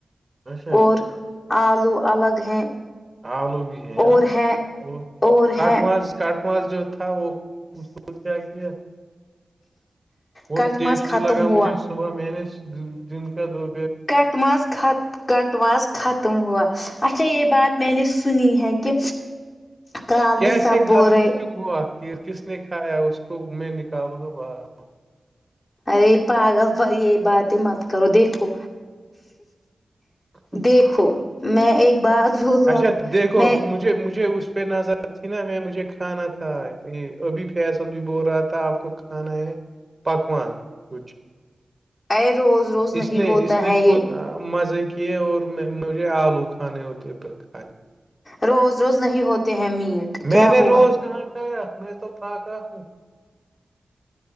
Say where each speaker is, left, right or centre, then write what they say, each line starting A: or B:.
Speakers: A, on the right (about 25°); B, on the left (about 45°).
A: اچھا
B: اور آلو الگ ہیں
A: آلو بھی ہیں
B: اور
A: ہاں
B: ہے
A: وہ
B: اور
A: کٹ
B: ہے
A: ماج کٹ ماج جو تھا وہ اس کو کیا کیا بہت
B: کٹ
A: ٹیسٹی
B: ماز ختم
A: لگا
B: ہوا
A: مجھے صبح میں نے دن کا دو
B: کٹ ماز خت کٹ ماز ختم ہوا اچھا یہ بات میں نے سنئ ہے کہ ترال
A: کیسے
B: میں سب
A: ختم
B: بول رہے
A: کیوں ہوا پھر کس نے کھایا اس کو میں نکالوں گا باہر
B: ارے پاگل بھائی یہ بات ہی مت کرو دیکھو
A: <inaudible>
B: دیکھو میں ایک بات بولوں
A: اچھا
B: آپ کو
A: دیکھو
B: میں
A: مجھے مجھے اس پہ نظر اچ نا میں مجھے کھانا تھا یہ ابھی فیصل بھی بول رہا تھا آپ کو کھانا ہے پکوان کچھ
B: ارے روز روز نہیں
A: اس نے
B: ہوتا
A: اس نے
B: ہے یہ
A: خود مزے کی یہ اور میں مجھے آلو کھانے ہوتے پت ہا
B: روز روز نہیں ہوتے ہیں میٹ
A: میں
B: کیا
A: نے
B: ہوا
A: روز کہاں کھایا میں تو پھخا ہوں